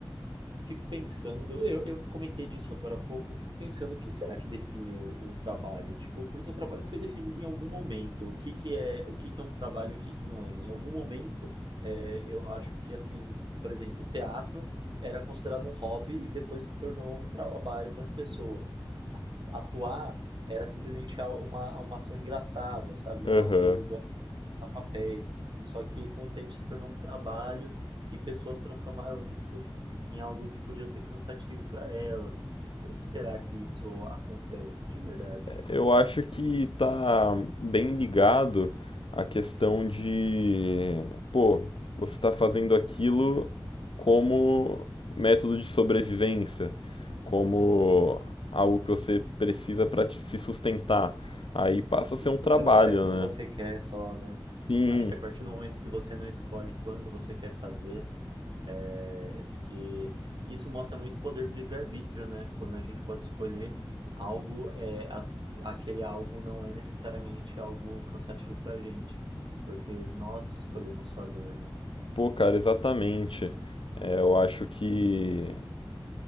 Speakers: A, on the right; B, on the left.
A: Fico pensando, eu, eu comentei disso agora há pouco, fico pensando o que será que define o, o trabalho? Tipo, porque o trabalho foi definido em algum momento. O que que é, o que que é um trabalho, o que que não é? Em algum momento, é, eu acho que assim, por exemplo, teatro era considerado um hobby e depois se tornou um trabalho para as pessoas. A- Atuar era simplesmente a- uma, uma ação engraçada, sabe? Nossa,
B: Aham.
A: eu a papéis. Só que com o tempo se tornou um trabalho e pessoas transformaram isso em algo que podia ser cansativo para elas. Como que será que isso acontece de verdade?
B: Eu acho que tá bem ligado à questão de, pô, você tá fazendo aquilo como método de sobrevivência, como algo que você precisa para se sustentar. Aí passa a
A: Sim,
B: ser um trabalho,
A: você não faz quando
B: né?
A: você quer só, né?
B: Sim,
A: Acho que a partir do momento que você não escolhe quando você quer fazer, É, que isso mostra muito o poder do livre-arbítrio, né? Quando a gente pode escolher algo, é, a- aquele algo não é necessariamente algo cansativo pra gente, porque nós escolhemos fazer, né?
B: pô, cara, exatamente. É, eu acho que